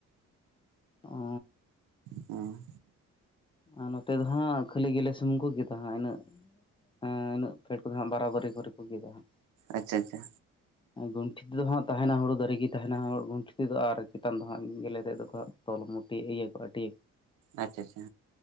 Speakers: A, on the left; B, on the right.
A: ᱚ
B: ᱦᱮᱸ
A: ᱟᱨ ᱱᱚᱛᱮ ᱫᱚ ᱦᱟᱸᱜ ᱠᱷᱟᱹᱞᱤ ᱜᱮᱞᱮ ᱥᱩᱢᱩᱝ ᱠᱚ ᱠᱮᱫᱟ ᱦᱟᱸᱜ ᱤᱱᱟᱹᱜ ᱮᱸ ᱤᱱᱟᱹᱜ ᱯᱷᱮᱰ ᱠᱚᱫᱚ ᱦᱟᱸᱜ ᱵᱟᱨᱟᱵᱟᱨᱤ ᱠᱚᱨᱮ ᱠᱚ ᱜᱮᱫᱟ ᱦᱟᱸᱜ
B: ᱟᱪᱪᱷᱟ ᱟᱪᱪᱷᱟ
A: ᱜᱚᱱᱴᱮ ᱛᱮᱫᱚ ᱦᱟᱸᱜ ᱛᱟᱦᱮᱱᱟ ᱦᱩᱲᱩ ᱫᱟᱨᱮ ᱜᱮ ᱛᱟᱦᱮᱱᱟ ᱜᱚᱱᱴᱷᱮ ᱛᱮᱫᱚ ᱛᱟᱦᱮᱱᱟ ᱟᱨ ᱪᱮᱛᱟᱱ ᱫᱚ ᱦᱟᱸᱜ ᱜᱮᱞᱮ ᱛᱮᱫ ᱫᱚᱸᱜ ᱛᱚᱞᱼᱼ ᱢᱩᱴᱤ ᱱᱤᱭᱟᱹ ᱠᱚᱴᱤ
B: ᱟᱪᱪᱷᱟ ᱟᱪᱪᱷᱟ